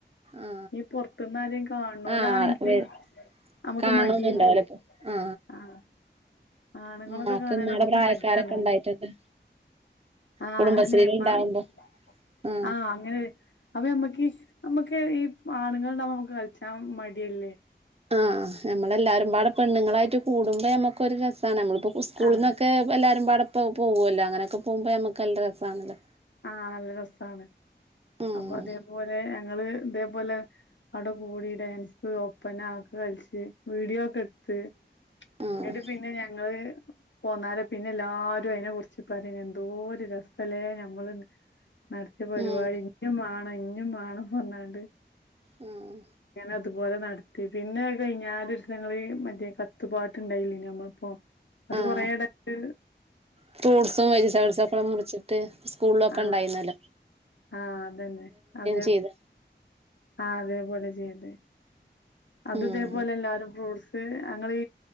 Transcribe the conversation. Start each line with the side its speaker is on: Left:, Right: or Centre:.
Right: ആ
Left: ഈ പൊറത്ത്ന്ന് ആരേലും കാണണോലാണെങ്കില്
Right: ആ വെ
Left: നമുക്ക്
Right: കാണുന്നുണ്ടാവൂലേ
Left: മടിയല്ലേ
Right: ഇപ്പൊ ആ
Left: ആഹ് ആണുങ്ങളൊക്കെ
Right: ഉമ്മാക്ക്
Left: കാണാണെ
Right: ഉമ്മാടെ
Left: നമ്മക്ക്
Right: പ്രായക്കാരൊക്കെ
Left: മടിയാണ്
Right: ഉണ്ടായിട്ടുണ്ട്
Left: ആഹ്
Right: കുടുംബശ്രീൽ ഉണ്ടാവുമ്പോ
Left: <unintelligible>
Right: ആ
Left: ആഹ് അങ്ങനെ അപ്പ നമ്മക്ക് ഈ നമ്മക്ക് ഈ ആണുങ്ങൾ ഉണ്ടാവുമ്പ നമുക്ക് കളിച്ചാ മടിയല്ലേ
Right: ആഹ് നമ്മളെല്ലാരും പാടെ പെണ്ണുങ്ങളായിട്ട് കൂടുമ്പോ നമ്മക്കൊരു രസാണ് നമ്മളിപ്പോ ഉസ്കൂൾന്നൊക്കെ
Left: ആഹ്
Right: എല്ലാവരും പാടെപ്പം പോവോല്ലോ അങ്ങനെയൊക്കെ പോവുമ്പോ നമ്മക്ക് നല്ല രസാണല്ലോ
Left: ആഹ് നല്ല രസാണ്.
Right: ഉം
Left: അപ്പൊ അതേപോലെ ഞങ്ങള് ഇതേപോലെ അവിടെ കൂടി ഡാൻസ് പ്പന ഓക്ക കളിച്ച് വീഡിയോ ക്കെടുത്ത്
Right: ഉം
Left: ഇന്നട്ട് പിന്നെ ഞങ്ങള് പോന്നാര പിന്നെ എല്ലാരും അയി നെ കുറിച്ച് പറയും എന്തോരു രസല്ലേ ഞമ്മള് ന് നടത്തിയ പരിപാടി
Right: ഉം
Left: ഇഞ്ഞും വേണം ഇഞ്ഞും വേണം ന്ന് പറഞ്ഞാണ്ട്
Right: ഊ ഉഹ്
Left: ഞങ്ങ അതുപോലെ നടത്തി പിന്നെ കഴിഞ്ഞാല ഒരുദിവസം ഞങ്ങള് മറ്റേ കത്തുപാട്ട് ട്ട് ണ്ടായില്ല നമ്മളിപ്പോ അത്
Right: ആഹ്
Left: കൊറേ ടത്ത്
Right: ഫ്രൂട്ട്സും വെജിറ്റബിൾസക്കെ മുറിച്ചിട്ട് സ്കൂളിലൊക്കെ
Left: ആഹ്
Right: ഉണ്ടായിന്നല്ലോ
Left: ആഹ് അതന്നെ അതെ
Right: ചെയ്ത
Left: ആഹ അതേപോലെ ചെയ്തെ അത്
Right: ഉം
Left: ഇതേപോലെ എല്ലാരും ഫ്രൂഡ്സ് ത് അങ്ങളീ